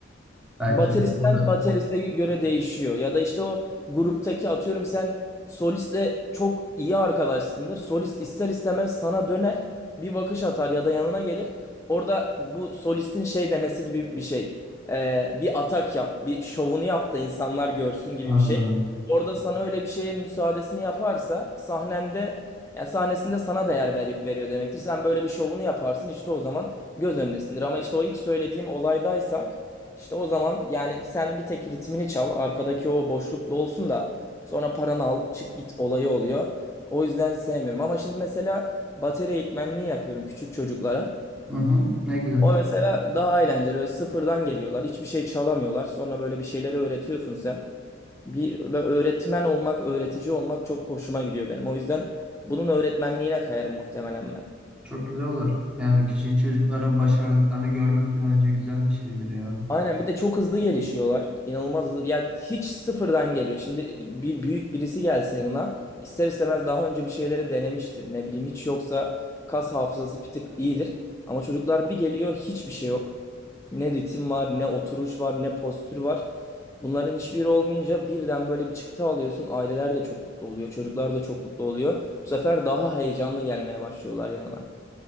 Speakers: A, in the centre; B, on the left.
A: Belki
B: Bateristen
A: burada.
B: bateriste göre değişiyor. Ya da işte o gruptaki atıyorum sen solistle çok iyi arkadaşsındır. Solist ister istemez sana döner, bir bakış atar ya da yanına gelir. Orada bu solistin şey demesi gibi bir şey. Ee, bir atak yap, bir şovunu yap da insanlar görsün gibi
A: anladım.
B: bir şey. Orada sana öyle bir şeyin müsaadesini yaparsa sahnende ya sahnesinde sana değer ver- veriyor demektir. Sen böyle bir şovunu yaparsın işte o zaman göz önündesindir. Ama işte o ilk söylediğim olaydaysak işte o zaman yani sen bir tek ritmini çal, arkadaki o boşluk dolsun da sonra paranı al, çık git olayı oluyor. O yüzden sevmiyorum. Ama şimdi mesela bateri eğitmenliği yapıyorum küçük çocuklara.
A: Hı hı. Ne güzel.
B: O mesela daha eğlenceli ve sıfırdan geliyorlar. Hiçbir şey çalamıyorlar. Sonra böyle bir şeyleri öğretiyorsun sen. Bir böyle öğretmen olmak, öğretici olmak çok hoşuma gidiyor benim. O yüzden bunun öğretmenliğine kayarım muhtemelen ben.
A: Çok güzel olur. Yani küçük çocukların başardıklarını görmek de bence güzel bir şeydir ya.
B: Aynen bir de çok hızlı gelişiyorlar. İnanılmaz hızlı. Yani hiç sıfırdan geliyor. Şimdi bir büyük birisi gelse yanına ister istemez daha önce bir şeyleri denemiştir. Ne bileyim hiç yoksa kas hafızası bir tık iyidir. Ama çocuklar bir geliyor hiçbir şey yok. Ne ritim var, ne oturuş var, ne postür var. Bunların hiçbiri olmayınca birden böyle bir çıktı alıyorsun. Aileler de çok mutlu oluyor. Çocuklar da çok mutlu oluyor. Bu sefer daha heyecanlı gelmeye başlıyorlar yanına.